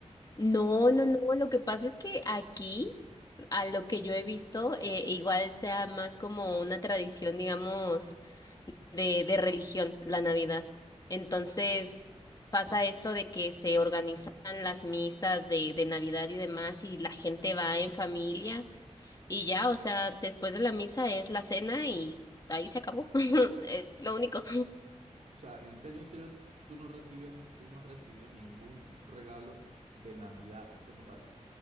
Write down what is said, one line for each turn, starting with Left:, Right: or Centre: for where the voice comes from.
Left: No, no, no, lo que pasa es que aquí, a lo que yo he visto, eh, igual sea más como una tradición, digamos de, de religión, la Navidad. Entonces pasa esto de que se organizan las misas de, de Navidad y demás y la gente va en familia y ya, o sea, después de la misa es la cena y ahí se acabó. <laughs> Es lo único.
Right: O sea, en serio, en serio, tú no recibes, tú no has recibido ningún regalo de Navidad como tal.